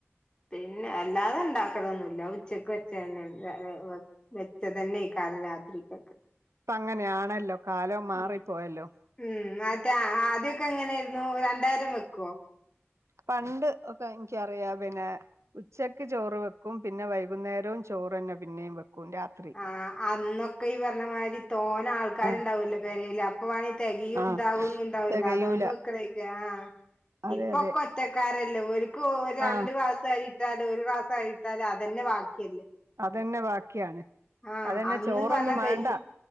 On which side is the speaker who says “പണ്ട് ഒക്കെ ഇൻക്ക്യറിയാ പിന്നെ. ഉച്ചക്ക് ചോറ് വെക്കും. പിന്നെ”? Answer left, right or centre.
Right